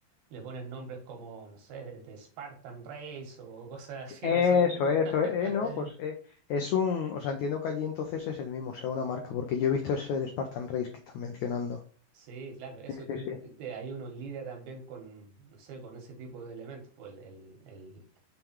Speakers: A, on the right; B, on the left.
A: le ponen nombres como, no sé, de Spartan Race o <laughs> cosas así
B: Eso,
A: que son.
B: eso,
A: <laughs>
B: eh, no, pues eh, es un, o sea, entiendo que allí entonces es el mismo, o sea, una marca, porque yo he visto ese del Spartan Race que están mencionando.
A: Sí, claro, eso
B: Sí, sí,
A: te-
B: sí.
A: te- te- ahí uno lidia también con, no sé, con ese tipo de elementos, pues el, el- el-